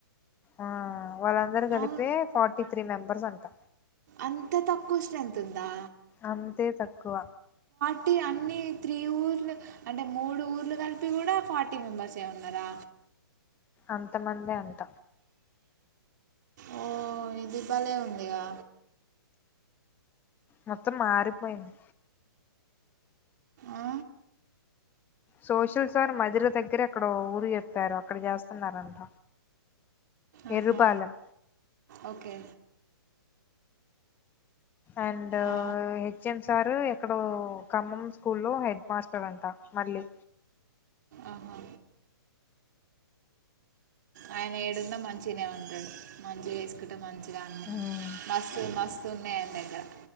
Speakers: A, on the left; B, on the right.
A: ఆ వాళ్ళందరు కలిపే
B: అవును
A: ఫార్టీ త్రీ మెంబర్ బర్స్ అంటా
B: అంత తక్కువ స్ట్రెంత్ ఉందా
A: అంతే తక్కువ
B: ఫార్టీ అన్ని త్రీ ఊర్లు అంటే మూడు ఊర్లు కలిపి కూడా ఫార్టీ మెంబర్స్ఏ ఉన్నారా
A: అంత మందే అంట
B: ఓ ఇది భలే ఉందిగా
A: మొత్తం మారిపోయింది
B: ఆ?
A: సోషల్ సార్ మదిరి దగ్గర ఏక్కడో ఊరు చెప్పారు అక్కడ చేస్తున్నారంట
B: ఆహా
A: ఎర్రుపాలెం
B: ఓకే
A: అండ్
B: ఆ,
A: హెచ్. ఎం సారు ఎక్కడో ఖమ్మం స్కూల్ లో హెడ్ మాస్టర్ అంట. మళ్ళీ
B: ఆహా ఆయన ఏడున్నా మంచినే ఉంటాడు. మంచిగా చేసుకుంటే మంచ్ చిగన్నె
A: మ్మ్
B: మస్తు మస్తు ఉన్నాయందగ్ గరా